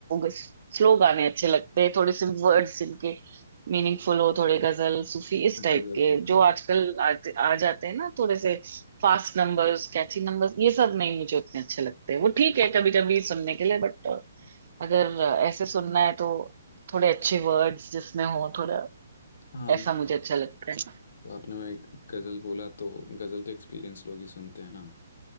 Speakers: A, on the right; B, on the left.
A: स्लो गाने अच्छे लगते हैं थोड़े से वर्ड्स जिनके मीनिंगफुल हो थोड़े गजल सूफी इस टाइप
B: गजल
A: के
B: तो फिर-
A: जो आजकल आते आ जाते हैं ना थोड़े से फास्ट नंबर्स कैची नंबर्स ये सब नहीं मुझे उतने अच्छे लगते वो ठीक है कभी कभी सुनने के लिए बट अगर ऐसे सुनना है तो थोड़े अच्छे वर्ड्स जिसमें हो थोड़ा
B: हाँ
A: ऐसा मुझे अच्छा लगता
B: तो आपने मैं गजल बोला तो गजल तो एक्सपीरियंस लोग ही सुनते हैं ना